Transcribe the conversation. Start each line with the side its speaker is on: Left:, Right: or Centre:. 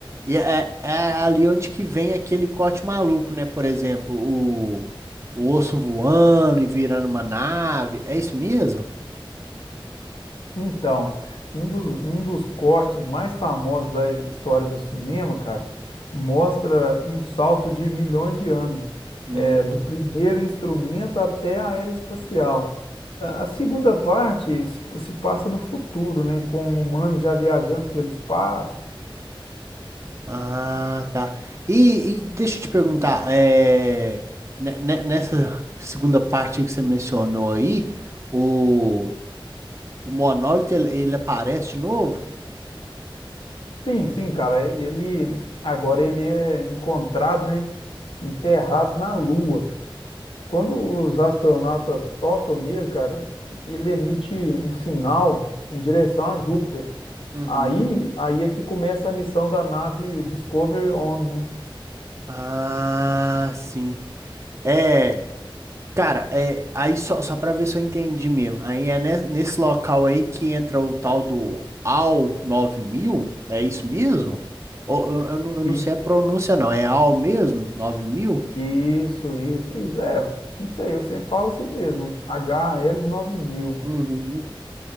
Right: e é, é ali onde que vem aquele corte maluco, né? Por exemplo, o, o osso voando e virando uma nave. É isso mesmo?
Left: Então, um dos, um dos cortes mais famosos da história do cinema, cara, mostra um salto de milhões de anos,
Right: Hum,
Left: é, do primeiro instrumento até a era espacial. A a segunda parte se se passa no futuro, né, com humanos já viajando pelo espaço.
Right: Ah, tá. E, e deixa eu te perguntar, é, ne- ne- nessa segunda parte aí que você mencionou aí, o, o monólito ele, ele aparece de novo?
Left: Sim, sim, cara, é, ele agora ele é encontrado, né, enterrado na Lua. Quando os astronautas tocam nele, cara, ele emite um sinal em direção a Júpiter.
Right: uhum.
Left: Aí, aí é que começa a missão da nave Discovery On, né?
Right: Ah, sim. É. Cara, é, aí só, só pra ver se eu entendi mesmo. Aí é ne- nesse local aí que entra o tal do AL mil, É isso mesmo? Ou, eu, eu não eu não
Left: E-
Right: sei a pronúncia, não. É AL mesmo? 9000?
Left: Isso, isso, isso. É, não sei, eu sempre falo assim mesmo. HL9000.
Right: Uhum.